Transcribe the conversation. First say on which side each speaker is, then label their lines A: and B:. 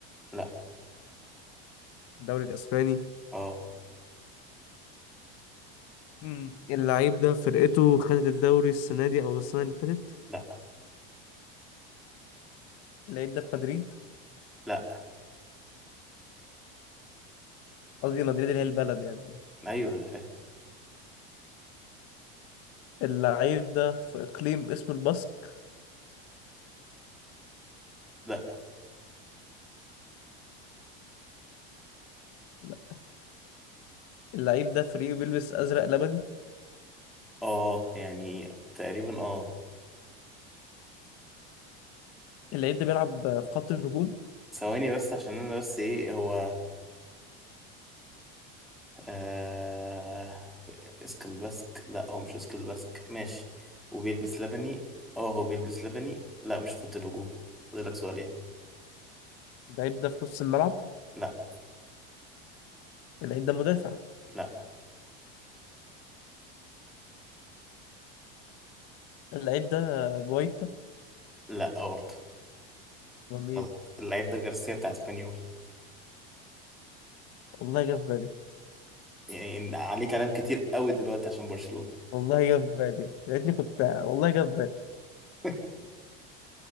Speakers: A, in the centre; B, on the left.
A: لا
B: الدوري الإسباني
A: اه
B: امم اللعيب ده فرقته خدت الدوري السنة دي أو السنة اللي فاتت
A: لا
B: اللعيب ده في مدريد
A: لا
B: قصدي مدريد اللي هي البلد يعني
A: ايوه انا فاهم
B: اللعيب ده في إقليم اسمه الباسك
A: لا
B: لا اللعيب ده في ريو بيلبس أزرق لبني
A: اه يعني تقريبا اه
B: اللعيب ده بيلعب في خط الهجوم
A: ثواني بس عشان انا بس ايه هو آه... اسكل باسك لا هو مش اسكل باسك ماشي وبيلبس لبني اه هو بيلبس لبني لا مش خط الهجوم فاضلك سؤالين
B: اللعيب ده في نص الملعب
A: لا
B: اللعيب ده مدافع
A: لا
B: اللعيب ده جوايتا
A: لا برضه
B: ومين
A: غلط اللعيب ده جارسيا بتاع اسبانيول
B: والله جه في بالي
A: يعني عليه كلام كتير قوي دلوقتي عشان برشلونة
B: والله جه في بالي يا ريتني كنت والله جه في بالي
A: <laughs>